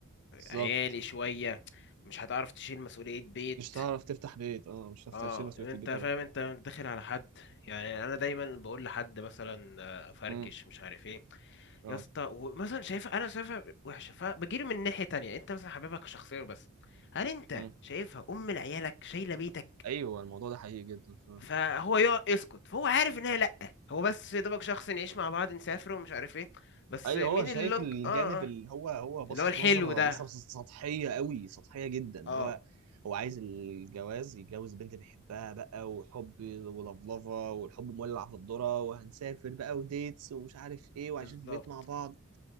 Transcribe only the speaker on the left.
عيالي شوية مش هتعرف تشيل مسؤولية بيت
اه
انت
فاهم
انت داخل على حد يعني انا دايما بقول لحد مثلا آه، فركش
مش عارف ايه
يا اسطى ومثلا شايفها انا شايفها وحشة فبجيله من ناحية تانية انت مثلا حبيبك شخصيا بس هل انت
شايفها ام لعيالك شايلة بيتك
فهو يقعد يسكت فهو عارف ان هي لا هو بس يا دوبك شخص نعيش مع بعض نسافر ومش عارف ايه بس
مين
اللونج
اه آه.
اللي هو الحلو
ده
اه
بالظبط